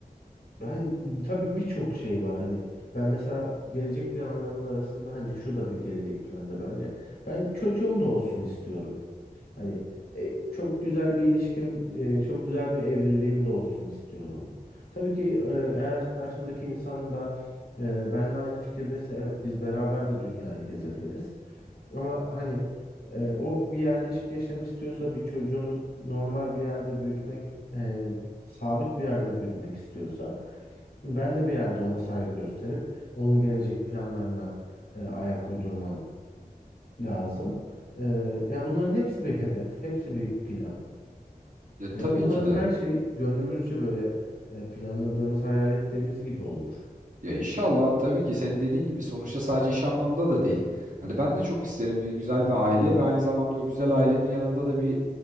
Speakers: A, on the left (about 85°); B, on the right (about 55°).
A: Ben tabii birçok şey var hani ben mesela gelecek planlarımın arasında hani şu da bir gelecek plandır bence. Ben çocuğum da olsun istiyorum. Hani e, çok güzel bir ilişkim, e, çok güzel bir evliliğim de olsun istiyorum. Tabii ki e, eğer karşımdaki insan da e, benimle aynı fikirdeyse evet biz beraber de dünyayı gezebiliriz. Ama hani e, o bir yerleşik yaşam istiyorsa bir çocuğunu normal bir yerde büyütmek, e, sabit bir yerde büyütmek istiyorsa ben de bir yerde ona saygı gösterip onun gelecek planlarına e, ayak uydurmam lazım. E, ya bunların hepsi bir hedef, hepsi bir plan.
B: Ya
A: Ya
B: tabii
A: umarım
B: ki de.
A: her şey gönlümüzce böyle e, planladığımız, hayal ettiğimiz gibi olur.
B: Ya inşallah abi tabii ki senin dediğin gibi sonuçta sadece iş anlamında da değil. Hani ben de çok isterim bir güzel bir aile ve aynı zamanda o güzel ailenin yanında da bir